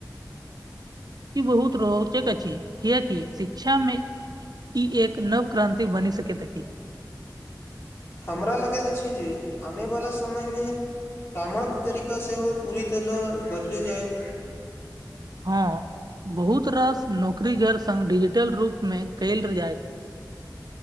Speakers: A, on the right (about 65°); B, on the left (about 40°).
A: ई बहुत रोचक अछि किएकि शिक्षामे ई एक नव क्रान्ति बनी सकैत अछी।
B: हमरा लगैत अछि जे आनेवाला समयमे कामक तरिका सेओ पूरीतल बदले जायत
A: हँ बहुत रास नौकरी गैर संग डिजिटल रूप मे कैल जायत।